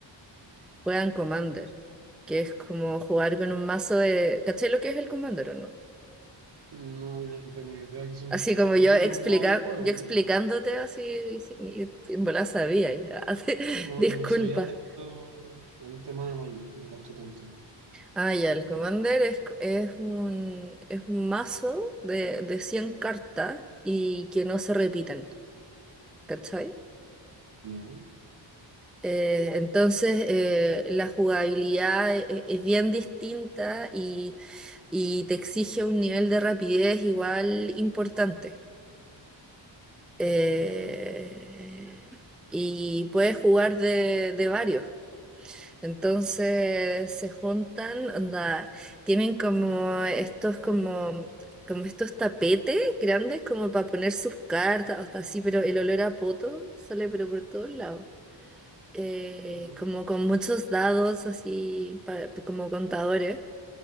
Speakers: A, in the centre; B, on the right.
A: juegan Commander, que es como jugar con un mazo de... ¿Cachai lo que es el Commander o no?
B: No, no tengo idea qué significa.
A: Así como
B: con-
A: yo
B: Debe
A: explica,
B: ser un modo de juego,
A: yo explicándote
B: ¿no?
A: así, y, si, y- y en volada sabía. y- <laughs> ah, sí,
B: No,
A: disculpa.
B: yo no soy adepto en tema de Magic, no cacho tanto.
A: Ah, ya, el Commander es, es un, es un mazo de, de 100 cartas y que no se repitan, ¿cachai?
B: Ya,
A: Eh, entonces, eh, la jugabilidad e- e- es, bien distinta y, y te exige un nivel de rapidez igual importante. Eh,
B: ok.
A: y puedes jugar de, de varios. Entonces se juntan, onda, tienen como estos como como estos tapetes grandes como para poner sus cartas, hasta así, pero el olor a poto sale pero por todos lados. Eh,
B: Ujú,
A: como con muchos dados así pa- como contadores.